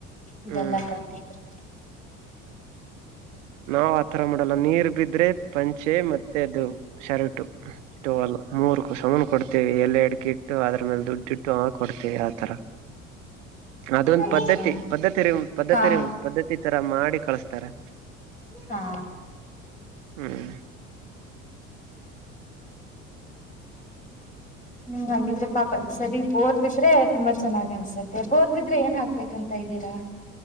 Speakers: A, on the left (about 20°); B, on the right (about 60°).
A: ಇದೆಲ್ಲಾ
B: ಹ್ಮ್
A: ಕೊಟ್ಟಿದ್ರ
B: ನಾವ್ ಆತರ ಮಾಡಲ್ಲ ನೀರ್ ಬಿದ್ರೆ ಪಂಚೆ ಮತ್ತೆ ಅದು ಶರ್ಟ್ ಟವಲು ಮೂರ್ ಕುಸಮನ್ ಕೊಡ್ತೇವಿ ಎಲೆ ಆಡ್ಕೆ ಇಟ್ಟು ಅದ್ರ ಮೇಲೆ ದುಡ್ಡು ಇಟ್ಟು ಅವ <unintelligible> ಕೊಡ್ತೇವಿ ಆತರ ಅದೊಂದ್
A: ಹೌದಾ
B: ಪದ್ಧತಿ ಪದ್ಧತಿ ಪದ್ಧತಿ
A: ಹಾ
B: ರ ಪದ್ಧತಿ ತರ ಮಾಡಿ ಕಳ್ಸ್ತಾರೆ
A: ಹಾ
B: ಹ್ಮ್
A: ನಿಮ್ಗೆ ಹಂಗಿದ್ರೆ ಪಾಪ ಈ ಸರಿ ಬೋರ್ ಬಿದ್ರೆ ತುಂಬಾ ಚೆನ್ನಾಗ್ ಅನ್ಸುತ್ತೆ ಬೋರ್ ಬಿದ್ರೆ ಏನ್ ಹಾಕ್ಬೇಕಂತ ಇದ್ದೀರಾ